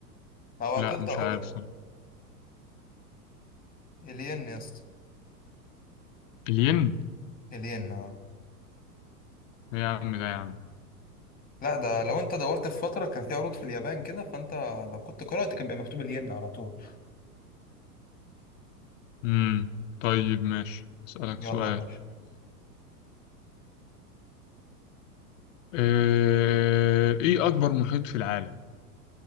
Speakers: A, on the left; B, on the left.
A: لو عطلت
B: لا مش
A: اقول
B: عارف
A: لك
B: صح
A: الين يا اسطى
B: الين
A: الين اه
B: إيه يا عم ده يا عم
A: لا ده لو انت دورت في فترة كان في عروض في اليابان كده فانت لو كنت قرأت كان بيبقى مكتوب الين على طول
B: امم طيب ماشي اسألك
A: يلا
B: سؤال
A: يا باشا
B: آه، ايه اكبر محيط في العالم